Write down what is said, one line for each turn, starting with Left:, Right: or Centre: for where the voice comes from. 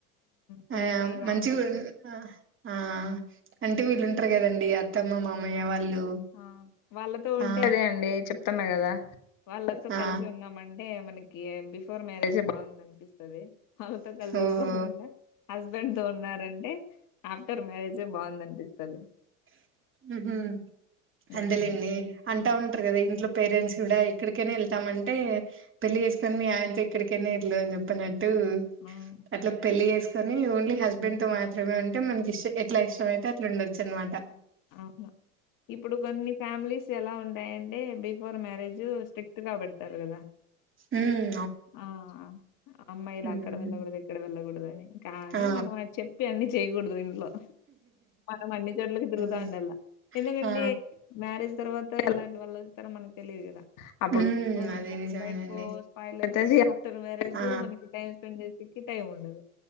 Left: ఫుల్
Right: ఆ
Left: ఫ్రీగా
Right: మంచిగా
Left: ఉండొచ్చు
Right: ఊ ఆ ఆ వీళ్ళుంటారు కదండి అత్తమ్మ మామయ్య వాళ్ళు
Left: ఆ వాళ్ళతో ఉంటే
Right: ఆ
Left: అదే అండి చెప్తూన్నా కదా వాళ్ళతో
Right: ఆ
Left: కలిసి ఉన్నామంటే మన కియో బిఫోర్ మ్యారేజే బాగుంది అనిపిస తది అవుతగలోకుండా
Right: ఓహో
Left: హస్బ హాస్బండ్ తో ఉన్నారంటే ఆఫ్టర్ మ్యారేజే బాగుందనిపిస్తది
Right: ఉహూ అంతేలెండి
Left: ఉమ్
Right: అం అంట ఉంటారు కదా ఇంట్లో పేరెంట్స్ కూడా ఎక్కడికైనా వెళ్తామంటే పెళ్లి చేసుకొని మీ ఆయనతో ఎక్కడికైనా వెళ్ళ అని చెప్పన టూ
Left: ఉమ్
Right: అట్లా పెళ్లి చేసు కానీ ఓన్లీ హస్బెండ్ తో మాత్రమే ఉంటే మనకి ఇష్ ఎట్లా ఇష్టమయితే అట్లా ఉండ చ్చునమాట
Left: అవును ఇప్పుడు గోన్ని ఫ్యామిలీస్ ఎలా ఉంటాయ డే బి బిఫోర్ మ్యారేజ్ స్ట్రిక్ట్ కాబడతారు కదా
Right: హుమ్
Left: ఆ అమ్మాయిలు
Right: ఉమ్
Left: అక్కడ వెళ్ళకూడదు ఇక్కడ వెళ్ళకూడదు అని కానీ
Right: ఆ
Left: మనం అది చెప్పి అన్ని చేయకూడదు ఇంట్లో ఆహ్ మనం అన్ని చోట్లలకు తిరుగుతాండల్లా
Right: ఆ
Left: ఎందుకంటే
Right: ఆ
Left: మ్యారేజ్ తర్వాత ఎలాంటి వాళ్ళ ఇస్తరో మనకు తెలిదు కదా అప్పుడు
Right: హ్మ్
Left: బిఫర్
Right: అది
Left: మ్యారేజ్
Right: నిజమేనండి.
Left: లైఫ్ స్పాయిల్ అయి తది ఆఫ్టర్ మ్యారేజు
Right: ఆ
Left: మనకి టైం స్పెండ్ చేసేకి టైం ఉండదు